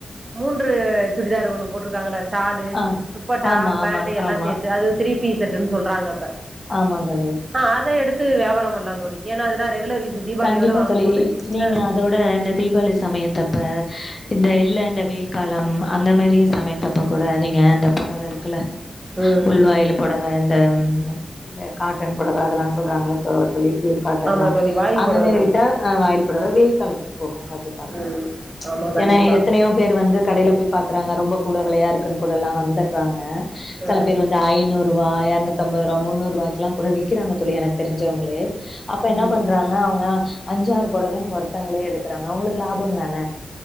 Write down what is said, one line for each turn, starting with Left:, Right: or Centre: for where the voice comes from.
Right: மூன்று சுடிதார் ஒண்ணு போட்ருக்காங்கல்ல சாடு
Left: ஆ.
Right: துப்பட்டா
Left: ஆமா,
Right: பேண்ட்டு
Left: ஆமா,
Right: எல்லா
Left: ஆமா.
Right: சேத்து அது த்ரீ பீஸ் செட்டுன்னு சொல்றாங்க இப்ப
Left: ஆமாந் தோழி
Right: அ அத எடுத்து வியாபாரோ பண்லா தோழி ஏனா அதெல்லா ரெகுலர் யூஸ் தீபாவளியோட
Left: கண்டிப்பா
Right: வாங்கும்போது
Left: தோழி நீங்க
Right: அ
Left: அதோட இந்த தீபாவளி சமயத்தப்ப இந்த இல்ல இந்த வெயில் காலம் அந்த மாரி சமயத்தப்ப கூட நீங்க இந்த பொடவ இருக்குல்ல
Right: ம்
Left: உள்வாயிலு பொடவ இந்த இந்த காட்டன் பொடவ அதெல்லா சொல்றாங்கல்ல தொ தோழி ப்யூர் காட்டன்லா
Right: ஆமா தோழி வாயில்
Left: அந்த
Right: புடவ
Left: மாரி
Right: தோழி
Left: வித்தா அ வாயில் பொடவ வெயில் காலத்துக்கு போகு கண்டிப்பாக
Right: ம் ஆமா கண்டிப்பா
Left: ஏனா எத்தனையோ பேரு வந்து கடைல போய் பாக்குறாங்க ரொம்ப கூட வெலையா இருக்குன் கூடெல்லா வந்துறாங்க
Right: அ
Left: செல பேர் வந்து ஐனூருவா எரநூத்தம்பருவா முன்னூருவாய்க் கெல்லா கூட வி க்கிறாங்க தோழி எனக்கு தெரிஞ்சவங்களே அப்ப என்ன
Right: ம்
Left: பண்றாங் க அவுங்க அஞ்சாறு பொடவன்னு ஒருத்தங்ளே எடுக்கறாங்க அவுங்களுக்கு லாபம் தான